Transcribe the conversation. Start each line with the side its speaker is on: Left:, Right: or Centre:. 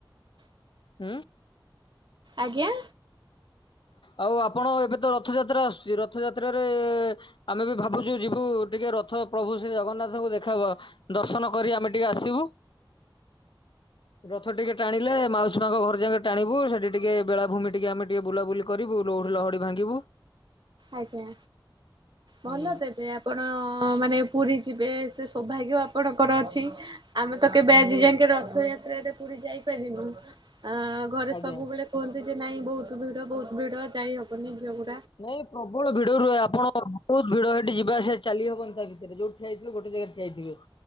Left: ହୁଁ।
Right: ଆଜ୍ଞା?
Left: ଆଉ ଆପଣ ଏବେ ତ ରଥଯାତ୍ରା ଆସୁଛି ରଥଯାତ୍ରାରେ ଆମେ ବି ଭାବୁଛୁ ଯିବୁ ଟିକେ ରଥ ଥ ପ୍ରଭୁ ଶ୍ରୀ ଜଗନ୍ନାଥଙ୍କୁ ଦେଖା ହବା ଦର୍ଶନ କରି ଆମେ ଟିକେ ଆସିବୁ। ରଥ ଟିକେ ଟାଣିଲେ ମାଉସୀ ମାଙ୍କ ଘର ଯାକେ ଟାଣିବୁ ସେଠି ଟିକେ ବେଳାଭୂମି ଟିକେ ଆମେ ଟିକେ ବୁଲାବୁଲି କରିବୁ ଲୋଠି ଲହଡି ଭାଙ୍ଗିବୁ।
Right: ଆଜ୍ଞା ଭଲ
Left: ହୁଁ।
Right: ତେବେ ଆପଣ ମାନେ ପୁରୀ ଯିବେ ସେ ସୌଭାଗ୍ୟ ଆପଣଙ୍କର ଅଛି ଆମେ ତ କେବେ ଆଜି ଯାଙ୍କେ ରଥ ଯାତ୍ରାରେ ପୁରୀ ଯାଇପାରିନୁ। ଅ ଘରେ
Left: ଆଜ୍ଞା
Right: ସବୁବେଳେ କୁହନ୍ତି ଯେ ନାଇଁ ବହୁତ ଭିଡ ବହୁତ ଭିଡ ଯାଇହବନି ଝିଅ ମୋ
Left: ନାଇଁ ପ୍ରବଳ ଭିଡ ରୁହେ ଆପଣ ବହୁତ ଭିଡ ସେଠି ଯିବାଆସିବା ଚାଲି ହବନି ତା ଭିତରେ ଯୋଉଠି ଯାଇଥିବେ ଗୋଟେ ଜାଗାରେ ଠିଆ ହେଇଥିବେ।